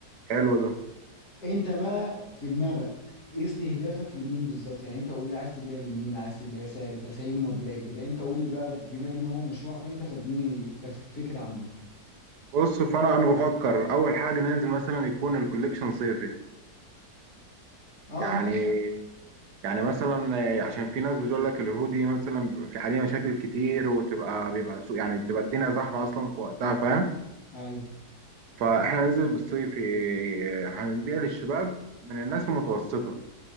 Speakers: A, on the right; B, on the left.
A: حلو ده
B: انت بقى في دماغك ايه استهدافك لمين بالظبط يعني انت قول لي عايز تبيع لمين عايز تبيع سعر تسعير مبدئي كده انت قول لي بقى بما ان هو مشروعك انت فاديني تف- فكرة عنه
A: بص فانا انا بفكر اول حاجه ننزل مثلا يكون الكوليكشن صيفي
B: اه
A: يعني
B: ماشي
A: يعني مثلا آه، عشان في ناس بتقول لك الهودي مثلا بيبقى في عليه مشاكل كتير وتبقى بيبقى سوق يعني تبقى الدنيا زحمه اصلا في وقتها فاهم
B: ايوه
A: فاحنا ننزل بالصيف آه، هنبيع للشباب من الناس المتوسطه